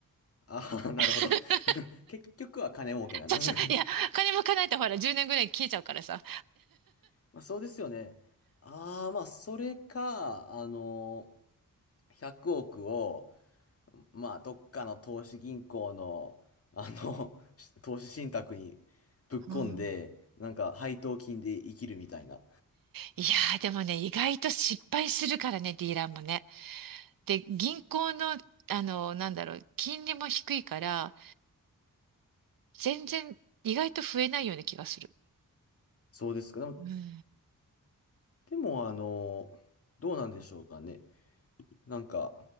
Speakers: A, on the left; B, on the right.
A: ああ、<laughs> なるほど。
B: <laughs>
A: <laughs> 結局は金儲けなんですね。
B: そうそう。いや、金儲かないとほら、10年ぐらい消えちゃうからさ。
A: <laughs> まあそうですよね。ああ、まあそれか、あの100億を、まあ、どっかの投資銀行の、あの、<laughs> し投資信託にぶっ込んで、
B: うん。
A: なんか配当金で生きるみたいな。
B: いやー、でもね、意外と失敗するからね、ディーラーもね。で、銀行の、あの、なんだろう、金利も低いから、全然意外と増えないような気がする。
A: そうですか。でも、
B: うん。
A: でもあの、どうなんでしょうかね。なんか、